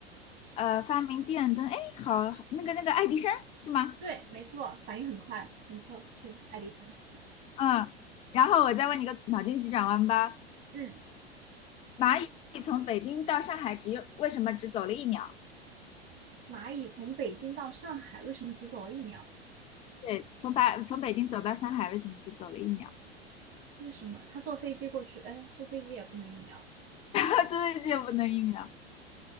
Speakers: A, on the left; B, on the right.
A: 呃，发明电灯，哎，好好那个那个爱迪生是吗？
B: 对，没错，反应很快，没错，是爱迪生。
A: 嗯，然后我再问你个脑筋急转弯吧。
B: 嗯，
A: 蚂蚁从北京到上海只有为什么只走了一秒？
B: 蚂蚁从北京到上海为什么只走了一秒？
A: 对，从北从北京走到上海为什么只走了一秒？
B: 为什么？它坐飞机过去，哎，坐飞机也不能一秒，
A: <laughs> 对的不能一秒。